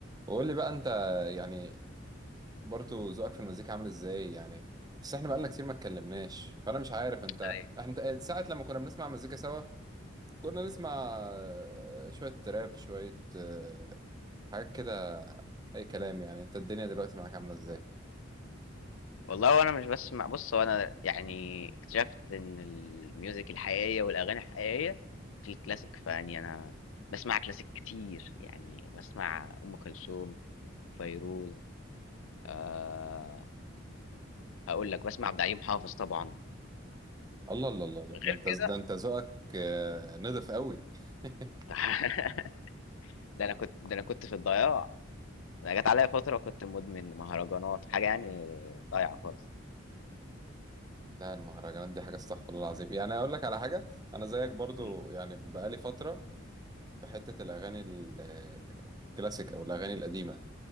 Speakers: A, on the right; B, on the left.
A: وقول لي بقى انت يعني برضو ذوقك في المزيكا عامل ازاي يعني بس احنا بقالنا كتير ما اتكلمناش فانا مش عارف انت
B: ايوه
A: احنا ساعة لما كنا بنسمع مزيكا سوا كنا نسمع آه، شوية تراب شوية آه، حاجات كده اي كلام يعني انت الدنيا دلوقتي معاك عاملة ازاي
B: والله وانا مش بس مع بص وانا يعني اكتشفت ان الميوزك الحقيقيه والاغاني الحقيقيه في الكلاسيك فاني انا بسمع كلاسيك كتير يعني بسمع ام كلثوم فيروز آه هقول لك بسمع عبد الحليم حافظ طبعا
A: الله الله الله الله،
B: غير
A: ده انت
B: كده
A: ده انت ذوقك آه، نضف قوي <laughs>
B: <laughs> ده انا كنت ده انا كنت في الضياع ده انا جت عليا فتره كنت مدمن مهرجانات حاجه يعني ضايعه خالص
A: لا المهرجانات دي حاجة استغفر الله العظيم يعني اقول لك على حاجة انا زيك برضو
B: مم.
A: يعني بقالي فترة في حتة الاغاني ال- آه، الكلاسيك او الاغاني القديمة